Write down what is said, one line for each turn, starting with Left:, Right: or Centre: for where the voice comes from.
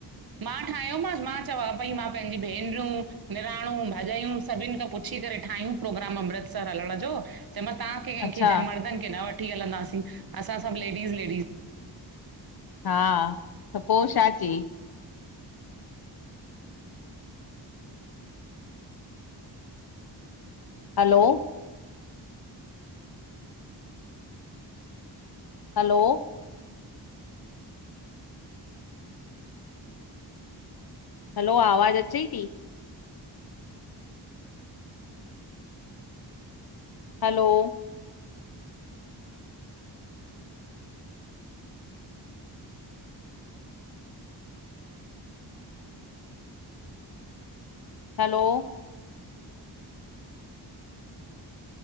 Right: मां ठाहियोमासि मां चवां पई मां पंहिंजी भेनरियूं, निणानूं, भाॼायूं सभिनि खां पुच्छी करे ठाहियूं प्रोग्राम अमृतसर हलण जो, चय मास तां कहिं
Left: अच्छा
Right: ख मर्दनि खे न वठी हलंदासीं असां सभु लेडीस- लेडीस
Left: हा त पो छा चई? हलो हलो हलो आवाज़ु अचई थी? Hello hello